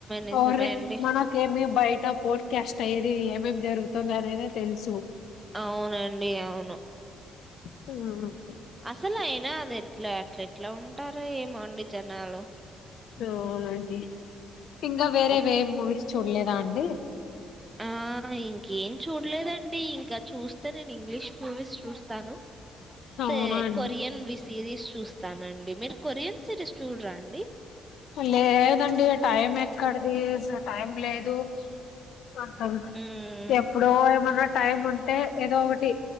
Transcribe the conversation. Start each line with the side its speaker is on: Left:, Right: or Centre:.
Right: నిజమే
Left: అర్
Right: అండి
Left: మనకేమి బయట పో కస్ట్ అయ్యేది ఏమేం జరుగుతుందినేనే తెలుసు
Right: అవునండి అవును
Left: హా
Right: అసలు అయినా అది ఎట్లా అట్లా ఎట్లా ఉంటారు ఏ మండి జనాలు
Left: అవునండి ఇంకా వేరే
Right: ఒక్-
Left: వేరే మూవీస్ చూడలేదా అండి
Right: ఆ ఇంకేం చూడలేదండి ఇంకా చూస్తే నేను ఇంగ్లీష్ మూవీస్ చూస్తాను
Left: అవునా
Right: తె
Left: అండి
Right: కొరియన్ వి సిరీస్ చూస్తానండి మీరు కొరియన్ సిరీస్ చూడరాండి
Left: లేదండి టైం ఎక్కడిది టైం లేదు ఆహా
Right: ఉమ్
Left: ఎప్పుడో ఏమైన్నా టైం ఉంటే ఏదో ఒకటి